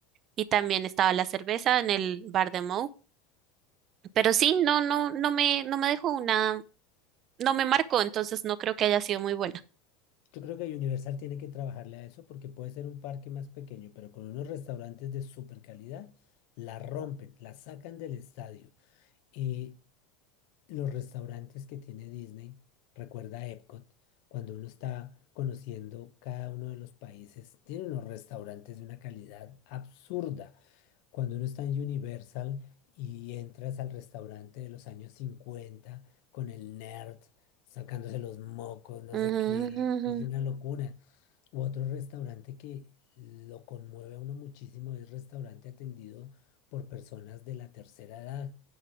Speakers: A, on the right; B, on the left.
A: y también estaba la cerveza en el bar de Moe. Pero sí, no, no, no me, no me dejó una, no me marcó, entonces no creo que haya sido muy buena.
B: Yo creo que Universal tiene que trabajarle a eso porque puede ser un parque más pequeño, pero con unos restaurantes de super calidad, la rompen, la sacan del estadio. Y los restaurantes que tiene Disney, recuerda Epcot, cuando uno está conociendo cada uno de los países, tiene unos restaurantes de una calidad absurda. Cuando uno está en Universal y entras al restaurante de los años 50 con el nerd sacándose los mocos, no sé
A: Ujú,
B: qué, es una locura. U otro restaurante que lo conmueve a uno muchísimo es restaurante atendido por personas de la tercera edad,